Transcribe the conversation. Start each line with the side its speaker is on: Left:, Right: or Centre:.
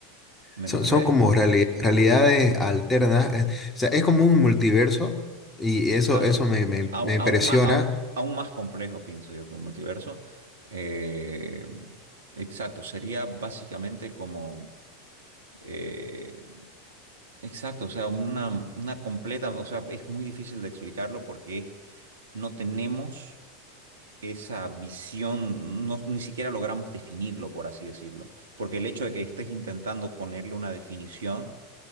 Right: ¿me
Left: Son,
Right: entendés?
Left: son como reali- realidades alternas. eh, o sea, es como un multiverso y eso,
Right: a
Left: eso
Right: lo-
Left: me, me-
Right: aún,
Left: me impresiona.
Right: aún ma- aún- aún más complejo, pienso yo, que un multiverso. Eh, exacto, sería básicamente como... eh, exacto, o sea, una, una completa... O sea, es muy difícil de explicarlo porque es, no tenemos esa visión, no- ni siquiera logramos definirlo, por así decirlo. Porque el hecho de que estés intentando ponerle una definición